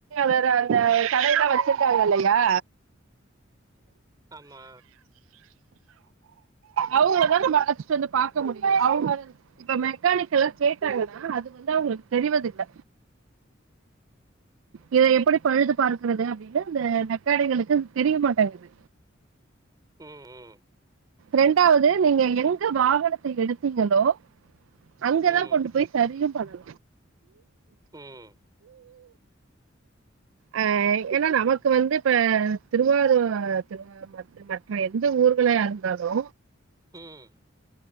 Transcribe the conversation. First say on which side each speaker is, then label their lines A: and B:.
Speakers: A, on the right; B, on the right.
A: வேற அந்த கடையெல்லா வெச்சிருக்காங்க இல்லயா
B: ஆமா
A: அவங்களதா நம்ம அளச்சுட்டு வந்து பாக்க முடியு அவங்க இப்ப மெக்கானிக்கிட்ட எல்லா கேட்டாங்கன்னா அது வந்து அவங்களுக்கு தெரிவதில்ல இத எப்படி பழுது பாக்கிறது அப்படின்னு அந்த மெக்கானிக்களுக்கு தெரியமாட்டேங்கது
B: ம் ம்
A: ரெண்டாவது நீங்க எங்க வாகனத்த எடுத்தீங்களோ அங்கதா
B: ம்
A: கொண்டு போய் சரியு பண்ணு
B: ம்
A: ஆ ஏன்னா நமக்கு வந்து இப்ப திருவாரூர் திரு மற்ற மற்ற எந்த ஊர்களா இருந்தாலு
B: ம்